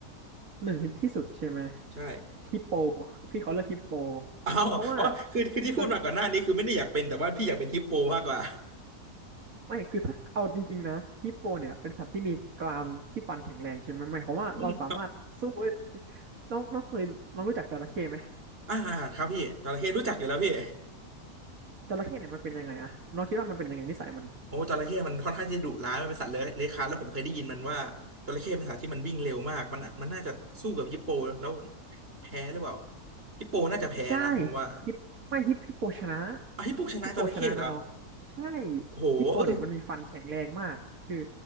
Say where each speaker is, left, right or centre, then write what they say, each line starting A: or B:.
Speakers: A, on the right; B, on the right.
A: หนึ่งที่สุดใช่ไหม
B: ใช่
A: ฮิปโปพี่เขาเรียกฮิปโป
B: อ้าวอ๋อคือคือที่พูดมาก่อนหน้านี้คือไม่ได้อยากเป็นแต่ว่าพี่อยากเป็นฮิปโปมากกว่า
A: เพราะว่าโดยไม่ คือถ้าเอาจริงๆนะฮิปโปเนี่ยเป็นสัตว์ที่มีกรามที่ฟันแข็งแรงใช่ไหมหมายความว่าเราสามารถสู้ได้
B: <laughs>
A: น้องน้องเคยน้องรู้จักจระเข้ไหม
B: อ่าครับพี่จระเข้รู้จักอยู่แล้วพี่
A: จระเข้เนี่ยมันเป็นยังไงอะ น้องคิดว่ามันเป็นยังไงนิสัยมัน
B: โอ้จระเข้มันค่อนข้างจะดุร้ายมันเป็นสัตว์เลื้อยเลื้อยคลานแล้วผมเคยได้ยินมันว่าจระเข้เป็นสัตว์ที่มันวิ่งเร็วมากมันมันน่าจะสู้กับฮิปโปแล้วแพ้หรือเปล่าฮิปโปน่าจะแพ้นะผมว่า
A: ใช่ฮิปไม่ฮิปฮิปโปชนะ
B: อ่ะฮิปโปชนะจระเข้เหรอ
A: ฮิปโปชนะนะน้องใช่
B: โอ้โหเออ
A: ฮิปโปเนี่ยมันมีฟันแข็งแรงมากคือ